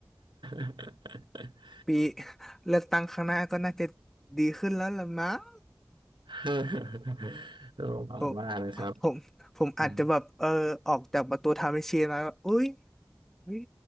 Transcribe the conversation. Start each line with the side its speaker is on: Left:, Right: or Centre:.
Right: <laughs>
Centre: ปีเลือกตั้งข้างหน้าก็น่าจะดีขึ้นแล้วล่ะมั้ง
Right: <laughs> ต้องหวังว่านะครับ
Centre: ผมผมผมอาจจะแบบเออออกจากประตูทาเมเชียมาว่าอุ้ย
Right: อืม
Centre: อุ๊ย